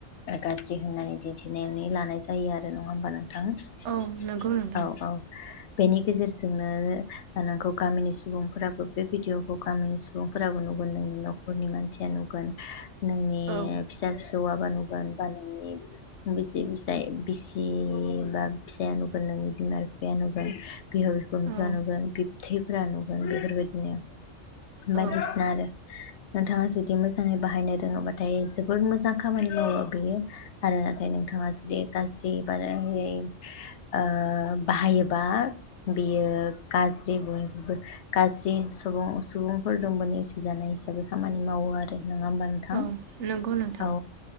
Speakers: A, on the left; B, on the right.
A: गाज्रि होननानै दिन्थिनानै लानाय जायो आरो नङा होमबानो नोंथां नोंथां
B: औ नंगौ नोंथां
A: औ औ बेनि गेजेरजोंनो नोंखौ गामिनि सुबुंफोराबो बे भिडिअखौ गामिनि सुबुंफोराबो नुगोन नोंनि न'खरनि मानसिया नुग गोन नोंनि
B: औ
A: फिसा फिसौआ बा नुगोन बा नोंनि बिसि फिसाय बिसि बा फिसाया नुगोन नोंनि बिमा बिफाया नुगोन बिहाव बिखुमजोआ
B: औ
A: नुगोन बिबथैफोरा नुगोन बेफोरबायदिनो बायदिसिना
B: औ
A: आरो नोंथाङा जुदि मो मोजाङै बाहायनो रोङोबाथाय जोबोर मोजां खामानि मावो बेयो आरो नाथाय नोंथाङा जुदि गाज्रिबार ओ बाहायोबा बियो गाज्रि मुंबो गाज्रि सबुं सुबुंफोर दंबो नेवसिजानाय हिसाबै खामानि मावो आरो नङा होमबा नोंथां
B: औ नंगौ नोंथां
A: औ